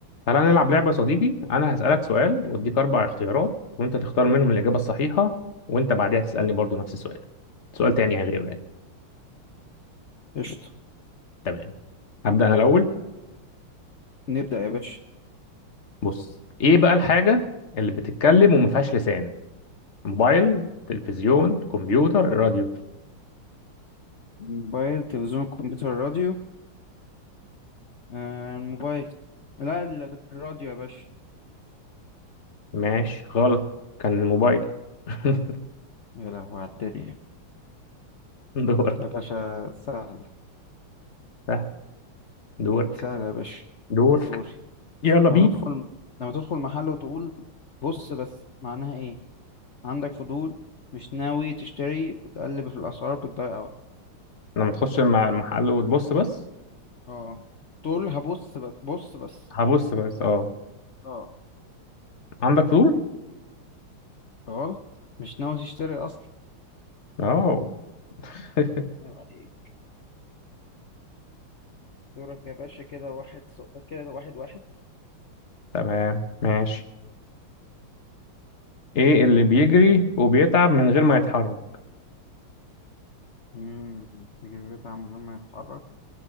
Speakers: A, on the left; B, on the left.
A: تعالى نلعب لعبة يا صديقي أنا هسألك سؤال وأديك أربع اختيارات وأنت تختار منهم الإجابة الصحيحة وأنت بعدها تسألني برضو نفس السؤال سؤال تاني يعني غيره يعني
B: قشطة
A: تمام هبدأ أنا الأول
B: نبدأ يا باشا
A: بص إيه بقى الحاجة اللي بتتكلم وما فيهاش لسان موبايل تلفزيون كمبيوتر راديو
B: موبايل تلفزيون كمبيوتر راديو آه الموبايل لا ال- الراديو يا باشا
A: ماشي غلط كان الموبايل <laughs>
B: يا لهوي على الدنيا
A: دورك
B: يا باشا سهل
A: سهل. دورك
B: سهل يا باشا
A: دورك
B: دوري
A: يلا
B: لما
A: بينا
B: تدخل لما تدخل محل وتقول بص بس معناها ايه عندك فضول مش ناوي تشتري بتقلب في الأسعار بتضيع وقت
A: لما تخش مع المحل وتبص بس
B: اه تقول هبص بس بص بس
A: هبص بس اه
B: اه
A: عندك فضول؟
B: غلط مش ناوي تشتري أصلا
A: اه <laughs>
B: عيب عليك دورك يا باشا كده واحد ص... كده واحد واحد
A: تمام ماشي ايه اللي بيجري وبيتعب من غير ما يتحرك
B: امم تجربته عامل من غير ما يتحرك